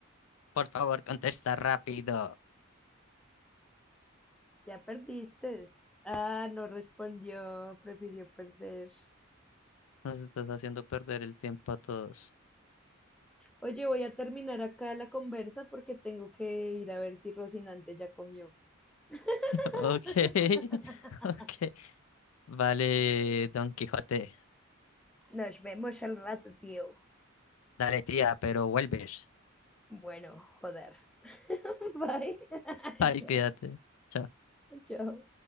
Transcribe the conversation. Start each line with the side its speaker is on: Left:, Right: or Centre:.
Left: Por favor, contesta rápido.
Centre: Ya perdiste. Ah, no respondió. Prefirió perder.
Left: Nos estás haciendo perder el tiempo a todos. <laughs>
Centre: Oye, voy a terminar acá la conversa porque tengo que ir a ver si Rocinante ya comió. <laughs>
Left: Ok, <laughs> ok. Vale, Don Quijote.
Centre: Nos vemos al rato, tío.
Left: Dale, tía, pero vuelves.
Centre: Bueno, joder. <laughs> Bye. <laughs>
Left: Bye,
Centre: Chao,
Left: cuídate. Chao.
Centre: chao.